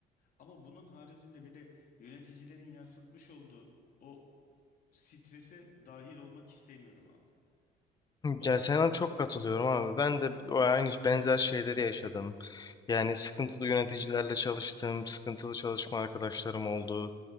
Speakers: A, on the left; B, on the left.
A: Ama bunun haricinde bir de yöneticilerin yansıtmış olduğu o strese dahil olmak istemiyorum abi. Onlar
B: Ya sana
A: da
B: çok katılıyorum abi. Ben de o aynı benzer şeyleri yaşadım. Yani sıkıntılı yöneticilerle çalıştım, sıkıntılı çalışma arkadaşlarım oldu.